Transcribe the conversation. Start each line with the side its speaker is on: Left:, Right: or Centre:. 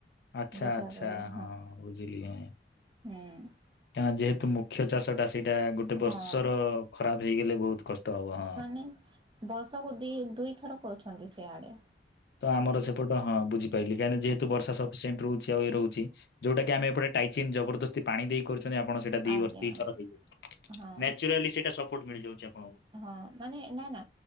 Left: ଆଚ୍ଛା
Right: ଦେଖିବାକୁ
Left: ଆଚ୍ଛା
Right: ଗଲେ
Left: ହଁ ବୁଝିଲି ଆ
Right: ହୁଁ
Left: କାଇଁନା ଯେହେତୁ ମୁଖ୍ୟ ଚାଷ ଟା ସେଇଟା ଗୋଟେ
Right: ହଁ
Left: ବର୍ଷର ଖରାପ ହେଇଗଲେ ବହୁତ କଷ୍ଟ ହବ ହଁ
Right: ମାନେ ବର୍ଷକୁ ଦି ଦୁଇଥର କରୁଛନ୍ତି ସେ ଆଡେ
Left: ତ ଆମର ସେପଟ ହଁ ବୁଝିପାଇଲି କାହିଁକି ନା ଯେହେତୁ
Right: ହଁ
Left: ବର୍ଷା ସଫିସିଏଣ୍ଟ ରହୁଛି ଆଉ ଇଏ ରହୁଛି ଯୋଉଟା କି ଆମେ ଏପଟେ ଟାଇଚିନ୍ ଜବରଦସ୍ତି ପାଣି ଦେଇ କରୁଛନ୍ତି ଆପଣ ସେଟା ଦି
Right: ଆଜ୍ଞା
Left: ବର୍ଷ ଦିଥର
Right: ଆଜ୍ଞା
Left: ହେଇଯାଉଛି
Right: ହଁ
Left: ନେଚୁରାଲି ସେଇଟା ସ ପୋଟ ମିଳିଯାଉଛି ଆପଣଙ୍କୁ।
Right: ହଁ ମାନେ ନା ନା